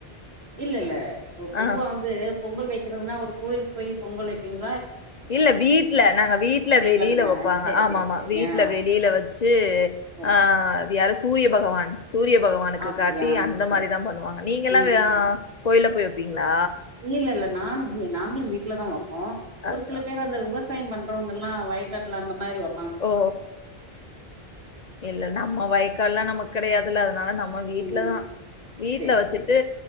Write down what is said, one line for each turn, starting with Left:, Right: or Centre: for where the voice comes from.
Right: இல்ல இல்ல இப்ப பொதுவா
Left: ஆ
Right: வந்து பொங்கல் வைக்கிறதுனா ஒரு கோயிலுக்கு போய் பொங்கல் வைப்பீங்க
Left: இல்ல வீட்ல நாங்க வீட்டுல
Right: வீட்ல
Left: வெளியில
Right: தானா?
Left: வைப்பாங்க
Right: சரி
Left: ஆமா
Right: சரி
Left: ஆமா
Right: சரி.
Left: வீட்டுல
Right: ஆ
Left: வெளியில வச்சு
Right: ஓகே.
Left: ஆஹ்து யார சூரிய பகவான் சூரிய பகவானுக்கு
Right: அப்டியா?
Left: காட்டி அந்த
Right: சரி.
Left: மாதிரிதான் பண்ணுவாங்க நீங்க எல்லாம்
Right: ம்.
Left: கோயில போய் வப்பீங்களா?
Right: இல்ல இல்ல நானும் நாங்களும் வீட்டுல தான் வப் போம்
Left: அதா.
Right: ஒரு சில பேர் அந்த விவசாயம் பண் மற்றவங்கல்லாம் வக்காட்டுல அந்த மாதிரி வ
Left: ஓ இல்ல நம்ம வய்கால் எல்லாம் நம கிடையாதுல்ல அதனால நம்ம வீட்டுலதான்
Right: ம்.
Left: வீட்டுல
Right: சரி
Left: வச்சுட்டு
Right: சரி.